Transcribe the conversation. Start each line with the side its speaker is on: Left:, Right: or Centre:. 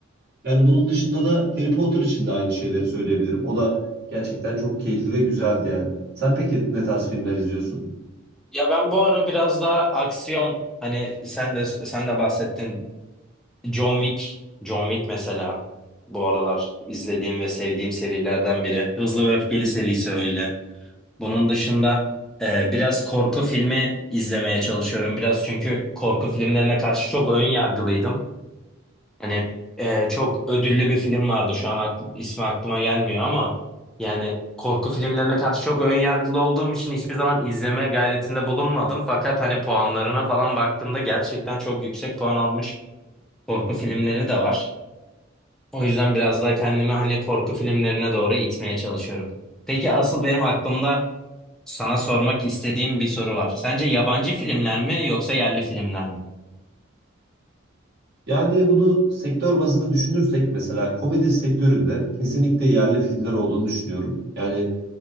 Right: Yani bunun dışında da Harry Potter için de aynı şeyleri söyleyebilirim. O da gerçekten çok keyifli ve güzeldi yani. Sen peki ne tarz filmler izliyorsun?
Centre: Ya ben bu ara biraz daha aksiyon hani sen de sen de bahsettin John Wick, John Wick mesela bu aralar izlediğim ve sevdiğim serilerden biri. Hızlı ve Öfkeli serisi öyle. Bunun dışında e, biraz korku filmi izlemeye çalışıyorum biraz çünkü korku filmlerine karşı çok ön yargılıydım. Hani e, çok ödüllü bir film vardı. Şu an akl- ismi aklıma gelmiyor ama yani korku filmlerine karşı çok ön yargılı olduğum için hiçbir zaman izleme gayretinde bulunmadım. Fakat hani puanlarına falan baktığımda gerçekten çok yüksek puan almış korku filmleri de var. O yüzden biraz daha kendimi hani korku filmlerine doğru itmeye çalışıyorum. Peki asıl benim aklımda sana sormak istediğim bir soru var. Sence yabancı filmler mi yoksa yerli filmler mi?
Right: Yani bunu sektör bazında düşünürsek mesela komedi sektöründe kesinlikle yerli filmler olduğunu düşünüyorum. Yani